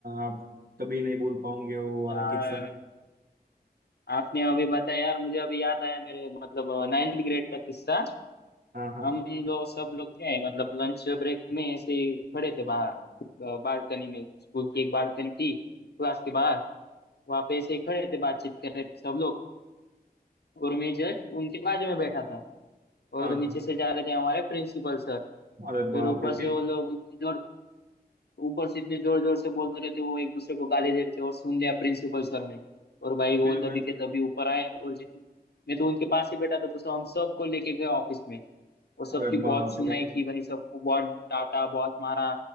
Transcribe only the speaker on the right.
आप कभी नहीं भूल पाओगे वो वाला
किस्सा
हाँ हाँ
हाँ
अरे
बाप
रे
फिर
हाँ
फिर भाई
अरे
बाप
रे